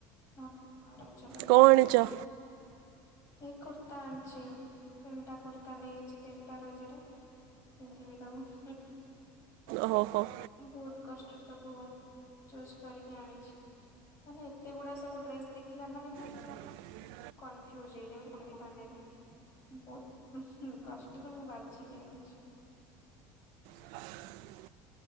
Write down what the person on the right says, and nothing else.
କଣ
ଆଣିଛ
ଓହୋ ହୋ।
ଗ
ହ <inaudible>